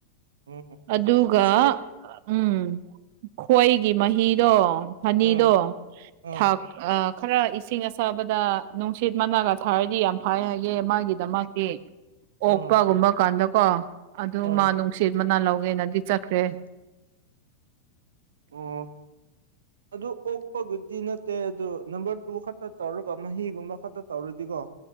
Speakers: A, on the right (about 65°); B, on the right (about 50°).
A: ꯎꯝ
B: ꯑꯗꯨꯒ
A: ꯑꯁꯤ
B: ꯎꯝ ꯈꯣꯏꯒꯤ ꯃꯍꯤꯗꯣ ꯍꯅꯤꯗꯣ
A: ꯑꯥ ꯑꯥ
B: ꯊꯥꯛ ꯑ ꯈꯔ ꯏꯁꯤꯡ ꯑꯁꯥꯕꯗ ꯅꯨꯡꯁꯤꯠ ꯃꯅꯥꯒ ꯊꯥꯔꯗꯤ ꯌꯥꯝ ꯐꯥꯏ ꯍꯥꯏꯌꯦ ꯃꯥꯒꯤꯗꯃꯛꯇꯤ ꯑꯣꯛꯄꯒꯨꯝꯕ
A: ꯑꯥ
B: ꯀꯥꯟꯗ ꯀꯣ ꯑꯗꯨ
A: ꯑꯥ
B: ꯃꯥ ꯅꯨꯡꯁꯤꯠ ꯃꯅꯥ ꯂꯧꯒꯦꯅꯗꯤ ꯆꯠꯈ꯭ꯔꯦ
A: <inaudible> ꯑꯣ ꯑꯗꯨ ꯑꯣꯛꯄꯕꯨꯗꯤ ꯅꯠꯇꯦ ꯑꯗꯨ ꯅꯝꯕꯔ ꯇꯨ ꯈꯛꯇ ꯇꯧꯔꯒ ꯃꯍꯤꯒꯨꯝꯕ ꯈꯛꯇ ꯇꯧꯔꯗꯤꯀꯣ